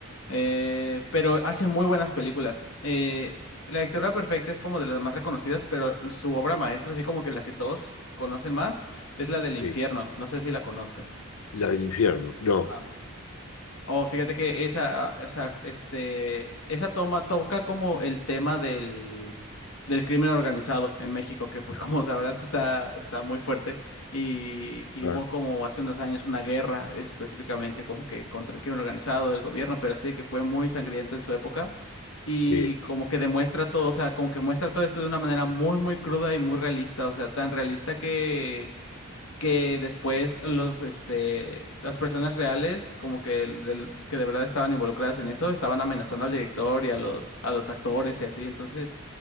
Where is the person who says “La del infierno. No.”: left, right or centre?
Left